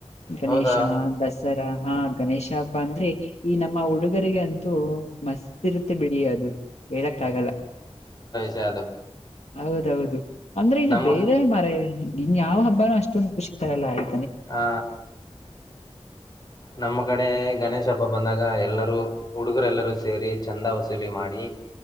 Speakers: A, on the left (about 80°); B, on the left (about 40°).
A: ಗಣೇಶ
B: ಹೌದಾ
A: ದಸರಾ ಹಾ ಗಣೇಶ ಹಬ್ಬ ಅಂದ್ರೆ ಈ ನಮ್ಮ ಹುಡುಗರಿಗೆ ಅಂತ. ಮಸ್ ಇರುತ್ತೆ ಬಿಡಿ ಅದು ಹೇಳಕ್ಕ ಆಗಲ್ಲ.
B: ನಿಜ ಅದು
A: ಹೌದೌದು ಅಂದ್ರೆ ಇನ್ನು
B: ನಮ್ಮ
A: ಬೇರೆ ಮರ ನಿನ್ ಯಾವ ಹಬ್ಬಾನೂ ಅಷ್ಟೊಂದು ಖುಷಿ ತರಲ್ಲ ಆಯ.
B: ಹಾ ನಮ್ಮ ಕಡೆ. ಗಣೇಶ ಹಬ್ಬ ಬಂದಾಗ ಎಲ್ಲರೂ ಹುಡುಗರೆಲ್ಲರೂ ಸೇರಿ ಚಂದ ವಸೂಲಿ ಮಾಡಿ.